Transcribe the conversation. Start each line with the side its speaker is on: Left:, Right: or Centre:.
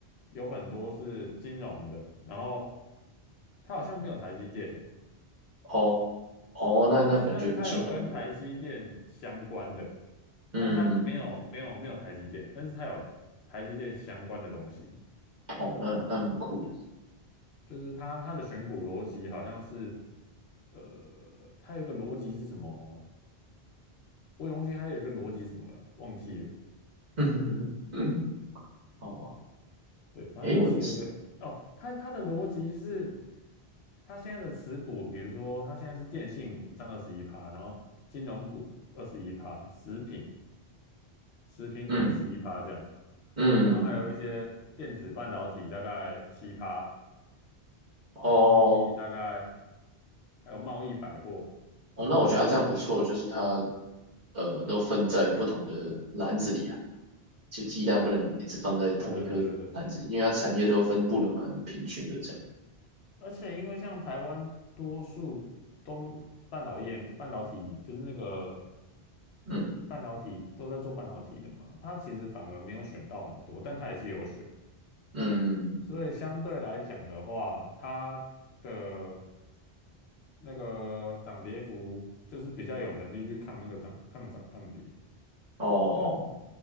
Left: 有很多是金融的，然后它好像没有台积电诶，
Right: 哦，哦，那那感觉金融业，
Left: 但是但是它有跟台积电相关的，
Right: 嗯，
Left: 但它没有没有没有台积电，但是它有台积电相关的东西。
Right: 哦，那那蛮酷的，
Left: 就是它它的选股逻辑好像是，呃，它有一个逻辑是什么？我也忘记它有一个逻辑是什么了，忘记了。
Right: <laughs> 嗯，哦，
Left: 对，反正它是有一个哦，
Right: 诶，我，
Left: 它它的逻辑是，它现在的持股，比如说它现在是电信股占二十一趴，然后金融股二十一趴，食品食品股十一趴这样，
Right: 嗯嗯，
Left: 然后还有一些电子半导体大概七趴，
Right: 哦
Left: 然后贸易大概还有贸易百货
Right: 哦，那我觉得他这样不错，
Left: 五趴，
Right: 就是他，呃，都分在不同的篮子里啊，就鸡蛋不能一直放在同一颗篮子里，
Left: 对对对对对。
Right: 因为它产业都分布的蛮平均的，这样，
Left: 而且因为像台湾多数都半导业、半导体，就是那个
Right: 嗯
Left: 半导体都在做半导体的嘛，它其实反而没有选到很多，但它也是有选，
Right: 嗯，
Left: 所以相对来讲的话，
Right: 嗯
Left: 它的那个涨跌幅就是比较有能力去抗那个涨、抗涨、抗跌，
Right: 哦哦
Left: 对啊，